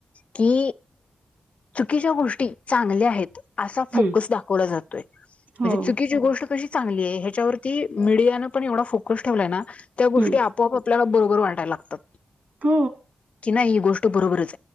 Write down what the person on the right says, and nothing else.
हम्म
हो
हम्म
त